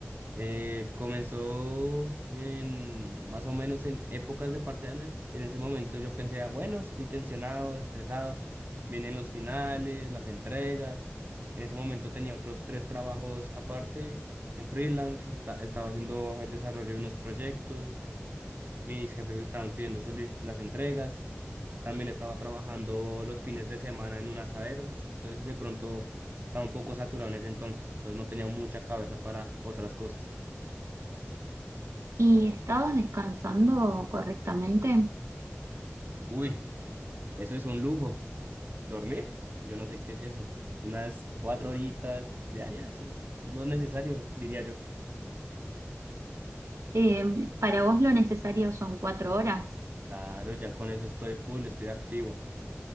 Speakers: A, on the right; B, on the right.
A: Eh, comenzó en más o menos en épocas de parciales. En ese momento yo pensé, "Ah, bueno, estoy tensionado, estresado, vienen los finales, las entregas. En ese momento tenía otros tres trabajos aparte en freelance, esta- estaba haciendo el desarrollo de unos proyectos, mis jefes estaban pidiendo soli- las entregas, también estaba trabajando los fines de semana en un asadero, entonces de pronto estaba un poco saturado en ese entonces, entonces no tenía mucha cabeza para otras cosas.
B: ¿Y estabas descansando correctamente?
A: Uy, Eso es un lujo. ¿Dormir? Yo no sé qué es eso. Unas cuatro horitas diarias es lo necesario, diría yo.
B: Eh, para vos lo necesario son cuatro horas.
A: Claro, ya con eso estoy full, estoy activo.